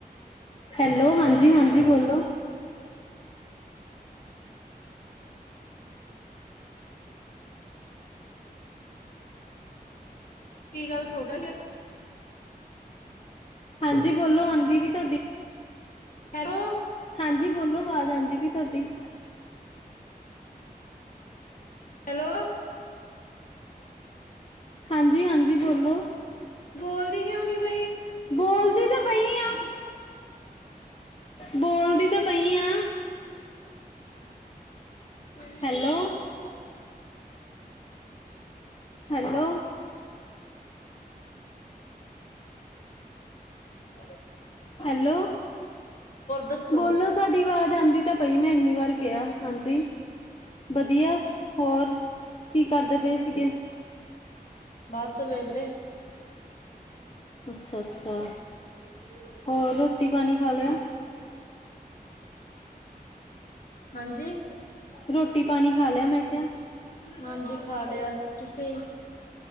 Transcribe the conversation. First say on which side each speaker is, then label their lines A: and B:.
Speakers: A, on the left; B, on the left.
A: ਹੈਲੋ ਹਾਂਜੀ-ਹਾਂਜੀ ਬੋਲੋ।
B: ਕੀ ਗੱਲ <unintelligible>
A: ਹਾਂਜੀ ਬੋਲੋ ਔਨਦੀ ਵੀ ਤੁਹਾਡੀ
B: ਹੈਓ <unintelligible>
A: ਹਾਂਜੀ ਬੋਲੋ ਆਵਾਜ਼ ਆਉਂਦੀ ਵੀ ਤੁਹਾਡੀ
B: ਹੈਲੋ।
A: ਹਾਂਜੀ-ਹਾਂਜੀ ਬੋਲੋ।
B: ਬੋਲਦੀ ਕਿਉਂ ਨੀ ਪਈ?
A: ਬੋਲਦੀ ਤਾਂ ਪਈ ਆ। ਬੋਲਦੀ ਤਾਂ ਪਈ ਆ।
B: <inaudible> ਕੇੜੀ <unintelligible>
A: ਹੈਲੋ ਹੈਲੋ
B: <unintelligible>
A: ਹੈਲੋ
B: ਦੱਸੋ
A: ਬੋਲੋ ਤਾਡੀ ਵਾਜ਼ ਆਉਂਦੀ ਤਾਂ ਪਈ ਮੈਂ ਇੰਨੀ ਵਾਰ ਕਿਹਾ ਹਾਂਜੀ ਵਧੀਆ ਹੋਰ ਕੀ ਕਰਦੇ ਪਏ ਸੀਗੇ
B: ਬਸ ਵੇਹਲੇ
A: ਅੱਛਾ - ਅੱਛਾ
B: ਬੋਲੋ।
A: ਹੋਰ ਰੋਟੀ ਪਾਣੀ ਖਾ ਲਿਆ
B: ਹਾਂਜੀ
A: ਰੋਟੀ ਪਾਣੀ ਖਾ ਲਿਆ ਮੈਂ ਕਿਹਾ
B: ਹਾਂਜੀ ਖਾ ਲਿਆ ਤੁਸੀਂ